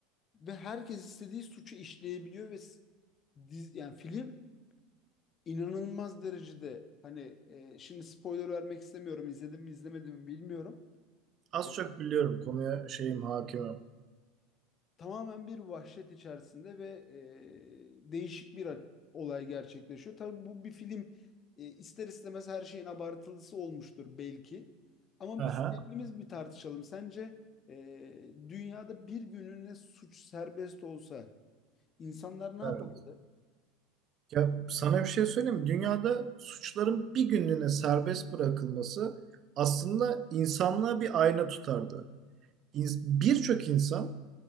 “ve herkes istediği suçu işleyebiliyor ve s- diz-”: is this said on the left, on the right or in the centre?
Left